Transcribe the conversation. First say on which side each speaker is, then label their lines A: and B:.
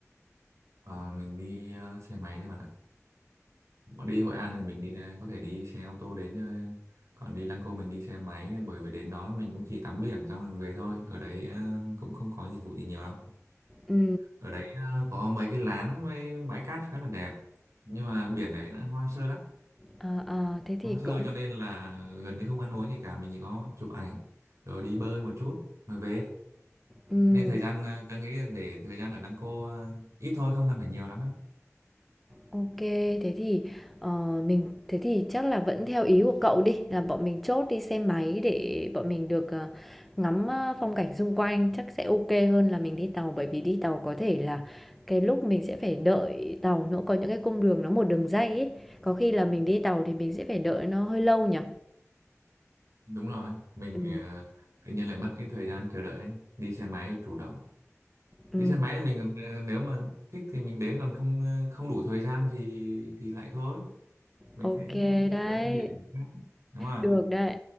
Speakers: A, on the right (about 70°); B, in the centre.
A: Ờ, mình đi ờ, xe máy đấy bạn ạ. Bọn đi Hội An thì mình đi ờ, có thể đi xe ô tô đến ờ, còn đi Lăng Cô mình đi xe máy bởi vì đến đó mình cũng chỉ tắm biển xong rồi về thôi. Ở đấy ờ, cũng không có dịch vụ gì nhiều đâu.
B: ừ
A: Ở đấy ờ, có mấy cái lán với bãi cát khá là đẹp. Nhưng mà biển đấy nó hoang sơ lắm.
B: ờ, ờ, thế thì
A: Hoang sơ
B: cũng
A: cho nên là gần như không ăn uống gì cả, mình chỉ có chụp ảnh rồi đi bơi một chút rồi về.
B: ừ
A: Nên thời gian ờ, tôi nghĩ là để thời gian ở Lăng Cô ờ, ít thôi, không cần phải nhiều lắm đâu.
B: OK, thế thì, ờ, mình thế thì chắc là vẫn theo ý của cậu đi, là bọn mình chốt đi xe máy để bọn mình được, ờ, ngắm, a, phong cảnh xung quanh, chắc sẽ OK hơn là mình đi tàu. Bởi vì đi tàu có thể là cái lúc mình sẽ phải đợi tàu nữa, có những cái cung đường nó một đường ray ấy, có khi là mình đi tàu thì mình sẽ phải đợi nó hơi lâu nhỉ?
A: đúng rồi mình
B: Ừm,
A: ờ, tự nhiên lại mất cái thời gian chờ đợi ấy. đi xe máy chủ động
B: ừm.
A: đi xe máy thì mình còn, ờ, nếu mà thích thì mình đến còn không ờ, không đủ thời gian thì thì lại thôi mình
B: OK
A: sẽ chuyển
B: đấy,
A: đến các địa điểm khác đúng không
B: được đấy.